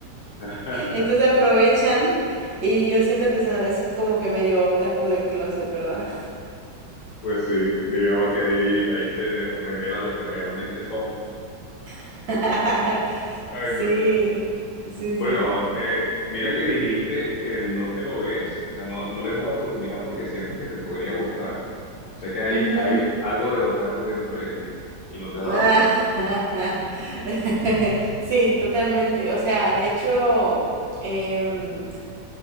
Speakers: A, on the left; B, on the right.
A: <laughs>
B: Entonces aprovechan y yo siento que son, es como que medio otaku de closet, ¿verdad?
A: pues sí, digamos que ahí, ahí se les revela lo que realmente son.
B: <laughs>
A: Ay,
B: Sí,
A: no.
B: sí,
A: Bueno,
B: sí.
A: eh, mira que dijiste que no te lo ves, o sea, no, no le das la oportunidad porque sientes que te podría gustar. Sé que hay,
B: Ujú.
A: hay algo de otaku dentro de ti y no te has
B: Ah,
A: dado cuenta.
B: <laughs> Sí, totalmente. O sea, de hecho, em,